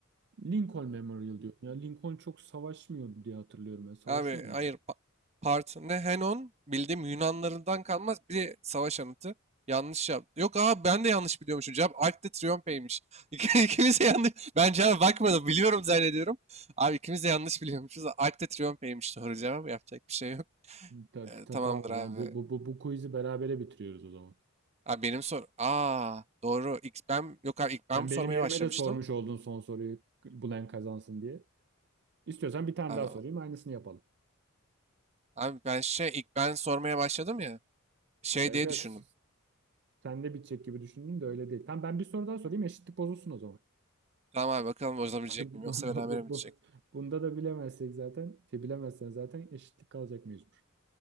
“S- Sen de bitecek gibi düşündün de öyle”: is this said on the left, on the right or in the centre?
Right